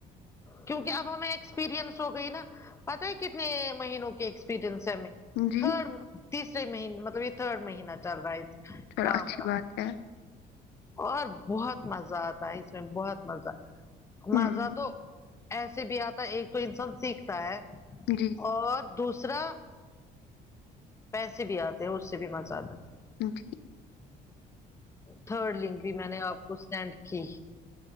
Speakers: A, on the left (about 15°); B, on the left (about 80°).
A: کیونکہ اب ہمیں ایکسپیرئنس ہو گئی نا پتہ ہے کتنے مہینوں کے ایکسپیرنس ہے ہمیں
B: جی
A: تھرڈ تیسرے مہینے مطلب یہ تھرڈ مہینہ چل رہا ہے
B: چلو
A: کام
B: اچھی
A: کا
B: بات ہے
A: اور بہت مزہ آتا ہے اس میں بہت مزہ
B: ہوں
A: مزہ تو ایسے بھی آتا ہے ایک تو انسان سیکھتا ہے
B: جی
A: اور دوسرا پیسے بھی آتے ہیں اس سے بھی مزہ آتا ہے
B: جی
A: تھرڈ لنک بھی میں نے آپ کو سینڈ کی